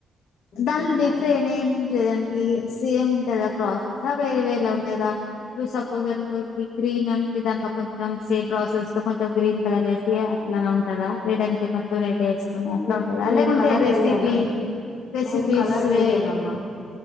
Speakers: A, on the left (about 85°); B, on the left (about 45°).
A: దానిలో
B: చేస్తారు
A: డిఫరెంట్ ఏమింటదండి సేమ్ ఉంటుందా ప్రాసెసా వేరే వేరలా ఉండేదా ఇప్పుడు సపోజ్ అనుకో గ్రీన్ అంటే దానిలో కొంచెం సేమ్ ప్రాసెస్ లో కొంచెం గ్రీన్ కలర్ వేసి అట్లానే ఉంటదా లేదంటే కొంచం రెడ్ ఎసి కొని అట్లా
B: నేను
A: ఉంటందా లేకుంటే
B: కలర్
A: రెసిపీ
B: వేయ్యను
A: రెసిపీస్
B: నేను కలర్ వేయ్యనమ్మా
A: వేరే